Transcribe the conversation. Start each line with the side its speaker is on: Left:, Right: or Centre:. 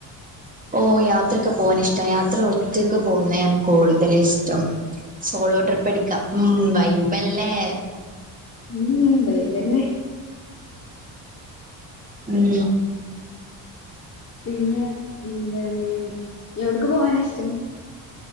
Right: ഓഹ് യാത്രൊക്കെ പോകാൻ ഇഷ്ട യാത്ര ഒറ്റക്ക് പോകുന്നണ് കൂടുതല ഇഷ്ടം സോളോ ട്രിപ്പ് അടിക്കാം ഉം വൈബല്ലേ
Left: ഉം വൈബന്നെ
Right: ഉം
Left: പിന്നെ ന്തണ് എവിടക്ക് പോവാന ഇഷ്ടം